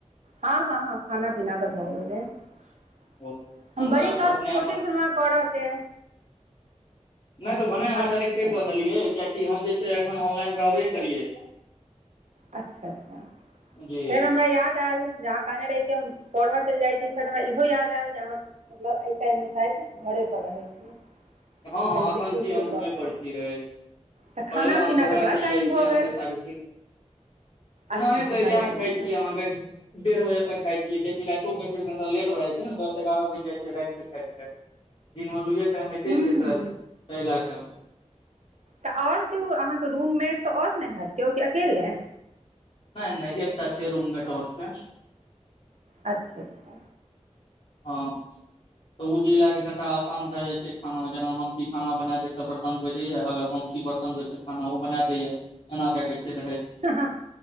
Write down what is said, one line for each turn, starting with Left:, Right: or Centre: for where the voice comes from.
Right: हं- हं- हं खाना पीना त भ गेलै। <inaudible>
Left: ओ
Right: हम बड़ी
Left: तऽ
Right: काल
Left: एखने
Right: सं सोचै छलौंहे कर के
Left: नै त भने
Right: अच्छा
Left: अहाँ डाायरेक्टे
Right: अच्छा
Left: क देलियै किएकि हम जे छै एखन ऑनलाइन रहबे करियै।
Right: अच्छा -अच्छा
Left: जी
Right: फेर हमरा याद ऐल जे अहाँक कने रहि के हम पढ़ऽ चईल जाइ छी, फेर हमरा इहो याद आयल जे अहाँ मतलब एई टाइम मे शायद घरे पर रहै छी। हम
Left: हँ
Right: पहिले
Left: हँ एखन
Right: देखै
Left: छी, हम
Right: छियै
Left: रूमे
Right: कऽ कऽ
Left: पर छी रहैत
Right: तऽ
Left: पढ़ै
Right: खाना
Left: लए अहाँके
Right: पीना
Left: वएह
Right: तऽ बड़ा
Left: चइल
Right: टाइम
Left: जाइ छी,
Right: भऽ
Left: अहाँके
Right: गेल
Left: सारै
Right: अच्छा
Left: नइ
Right: अच्छा
Left: तऽ
Right: साढ़े
Left: इएह
Right: तीनमे
Left: खइ छी, अहाँके डेढ़ बजे तक खाय छियै किआकी राइतो के फेर घंटा लेट भए जाइ छै, नऽ दस, एगारह बइज जाइ छै, राइत के खाइत- खाइत। दिनमे दुए टाइम होइते
Right: हूँ
Left: छै, स अइ लए कऽ
Right: तऽ आओर केओ अहाँके रूममेट तऽ आओर नै हत केओ की अकेले
Left: नय- नय एकटा छै, रूममेट डो स मेँ
Right: अच्छा- अच्छा
Left: हँ तऽ ओ चीज लए कऽ कनिटा आसान भए जाइ छै, खाना जेना हम कि खाना बना देब तऽ बर्तन धोइ दइया, अगर हम छी - बर्तन धोइत त खाना ओ बना दै या एना क, के, छै रहेत।
Right: हँ